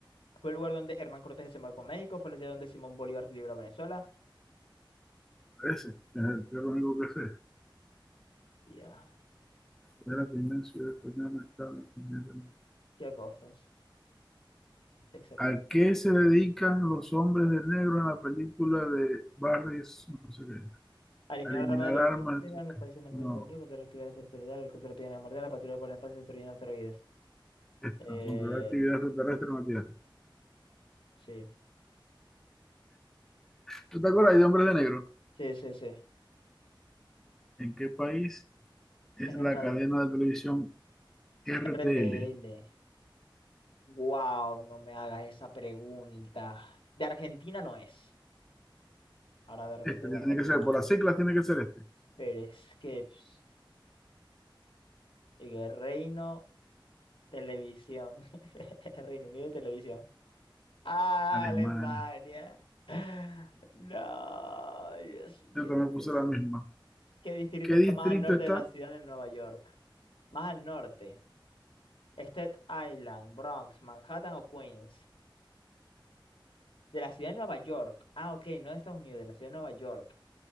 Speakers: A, on the left; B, in the centre.
A: Fue el lugar donde Hernán Cortés desembarcó en México. Fue la ciudad donde Simón Bolívar liberó a Venezuela.
B: parece. Es el- es lo único que sé.
A: Ya,
B: Es la primera ciudad española en estar en el continente.
A: qué cosas. Excelente.
B: ¿A qué se dedican los hombres de negro en la película de Barry, no sé qué?
A: Eliminar
B: A eliminar
A: armas de
B: armas.
A: destrucción masiva
B: ¿tú
A: en los
B: qué?
A: países enemigos
B: No,
A: de Estados Unidos, contra la actividad extraterrestre, contra la epidemia mortal, la patrulla por el espacio destruyendo asteroides.
B: esta,
A: Eh,
B: controlar actividad extraterrestre en la Tierra.
A: sí,
B: ¿Tú te acuerdas de hombres de negro?
A: sí, sí, sí.
B: ¿En qué país es
A: Es
B: la
A: la cadena.
B: cadena de televisión RTL?
A: RTL. Wow, no me hagas esa pregunta. De Argentina no es. Ahora de repente
B: Este
A: es
B: tiene
A: de Argentina.
B: que ser, por las siglas tiene que ser este.
A: Pero es que pss, el Reino Televisión. <laughs> Reino Unido Televisión. Ah,
B: Alemania.
A: Alemania. Ah, No, Dios mío,
B: Yo también
A: no puede
B: puse
A: ser.
B: la misma.
A: ¿Qué distrito
B: ¿Qué
A: está
B: distrito
A: más al norte
B: está?
A: de la ciudad de Nueva York? Más al norte. Staten Island, Bronx, Manhattan o Queens. De la ciudad de Nueva York. Ah, ok, no de Estados Unidos, de la ciudad de Nueva York.